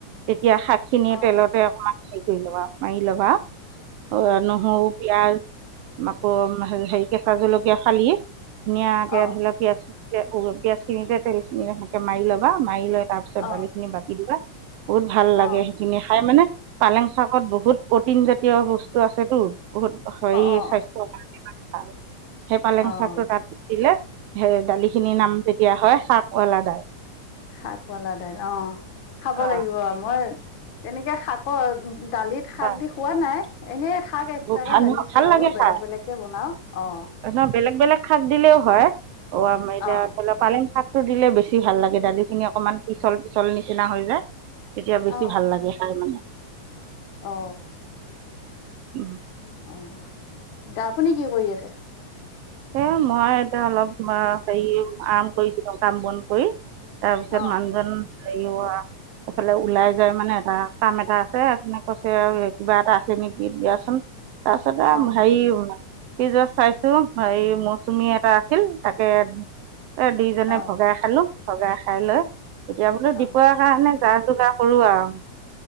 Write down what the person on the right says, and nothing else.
তেত ইয়াৰ শাক খিনি
তেলতে অকমান হেৰি কৰি ল'বা, মাৰি ল'বা অ', নহৰু পিয়াজ, আকৌ হে-হেৰি কেঁচা জলকীয়া ফালি ধুনীয়াকে
ধৰি লোৱা পিয়াজ-পিয়াজ খিনিতে তেলখিনি সেনেকে মাৰি ল'বা, মাৰি লৈ তাৰ পিছত
দালিখিনি বাকি দিবা, বহুত ভাল লাগে
সেইখিনি খাই মানে পালেং শাকত বহুত প্ৰটিন জাতীয় বস্তু আছেতো। বহুত হেৰি
স্বাস্থ্যৰ কাৰণে মানে ভাল, সেই পালেং
শাকটো
তাত দিলে সেয়ে দালি খিনিৰ নাম তেতিয়া হয় শাকৱালা দাল।
অঁ
হয়
বৰ ভাল
নহয় ভাল
লাগে খাই
নহয় বেলেগ বেলেগ শাক দিলেও হয়, অ' আমাৰ এতিয়া
ধৰি লোৱা পালেং শাক। দিলে বেছি ভাল লাগে, দালিখিনি অকনমান পিচল পিচল নিচিনা হৈ যায়। তেতিয়া বেছি
ভাল লাগে খাই মানে,
উম
এ মই এতিয়া অলপ তোমাৰ হেৰি, আম কৰিছিলো কাম বন কৰি, তাৰ পিছত
মানুহজন হেৰি হোৱা এফালে ওলাই যায় মানে, এটা কাম এটা আছে, অথনি কৈছে আৰু কিবা এটা আছে নেকি, দিয়াচোন। তাৰ পিছতে আম-হেৰি,
এই জাষ্ট চাইছো হেৰি, মৌচুমী এটা আছিল তাকে এ দুইজনে
ভগাই খালো, ভগাই খাই লৈ তেতিয়া বুলো দুপৰীয়াৰ
কাৰণে যা-যোগাৰ কৰো আৰু,